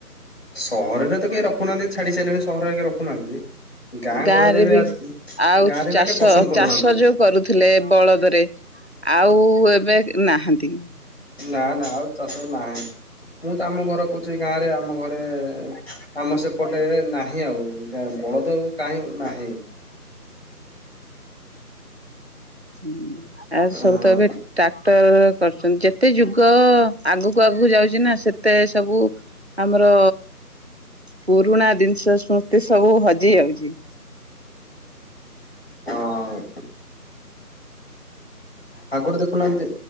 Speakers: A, on the left; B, on the right.
A: ସହରରେ ତ କେ ରଖୁନାହାନ୍ତି, ଛାଡି ସାରିଲେଣି ସହରରେ କିଏ ରଖୁନାହାନ୍ତି। ଗାଁ
B: ଗାଁରେ
A: ଗହଳିରେ
B: ବି
A: ଆଜି
B: ଆଉ
A: ଗାଁରେ ବି
B: ଚାଷ
A: ଆ କେହି ପସନ୍ଦ କରୁନାହାନ୍ତି।
B: ଚାଷ ଯୋଉ କରୁଥିଲେ ବଳଦରେ ଆଉ ଏବେ ନାହାନ୍ତି।
A: ନା ନା ଆଉ ଚାଷ ନାହିଁ, ମୁଁ ତ ଆମ ଘର କହୁଚି, ଗାଁରେ ଆମ ଘରେ ଆମ ସେପଟେ ନାହିଁ ଆଉ ଗାଁ ବଳଦେବ କାହିଁ ନାହିଁ।
B: <inaudible> ଆ
A: ହଁ
B: ସବୁ ତ ଏବେ ଟା ତ କରୁଚନ୍ତି ଯେତେ ଯୁଗ ଆଗକୁ ଆଗକୁ ଯାଉଚି ନା ସେତେ ସବୁ ଆମର ପୁରୁଣା ଦିନିଷ ସ୍ମୃତି ସବୁ ହଜି ଯାଉଚି।
A: ହଁ ଆଗରୁ ଦେଖୁନାହାନ୍ତି,